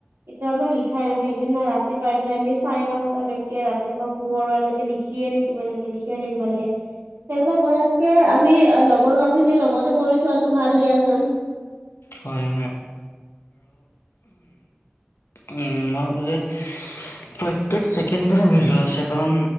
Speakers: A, on the right; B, on the left.
A: কিন্তু আমাৰ লিখাই নহয় সেইদিনা ৰাতি পাৰিলে আমি চাৰি, পাঁচটালৈকে ৰাতিপুৱা পোহৰ হোৱালৈকে লিখিয়ে থাকিব লাগে লিখিয়ে থাকিব লাগে সেনেকুৱা কৰাতকে আমি আৰু লগৰ কাম খিনি লগতে কৰি থোৱাটো ভাল দিয়াচোন।
B: হয়-হয়। উম মই ভাবো যে প্ৰত্যেক ছেকেণ্ডৰে মূল্য আছে কাৰণ